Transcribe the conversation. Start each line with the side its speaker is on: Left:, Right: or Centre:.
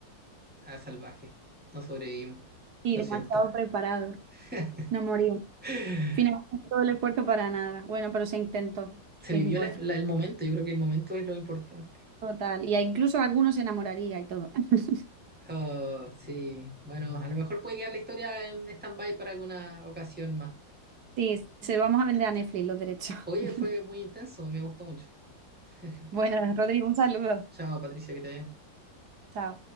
Centre: Ah, salvaje. No sobrevivimos.
Right: y
Centre: Lo
Right: demasiado
Centre: siento.
Right: preparados.
Centre: <laughs>
Right: No morimos.
Centre: Se
Right: Finalmente todo el esfuerzo para nada. Bueno, pero se intentó,
Centre: vivió
Right: que es importante.
Centre: la- la- el momento, yo creo que el momento es lo importante.
Right: Total. Y a- incluso algunos se enamoraría y todo. <laughs>
Centre: Oh, sí, bueno, a lo mejor puede quedar la historia en stand-by para alguna ocasión más.
Right: Sí, se lo vamos a vender a Netflix los derechos.
Centre: Oye,
Right: <laughs>
Centre: fue muy intenso, me gustó mucho. <laughs>
Right: Bueno, Rodrigo, un saludo.
Centre: Chao, Patricia, que te vaya bien.
Right: Chao.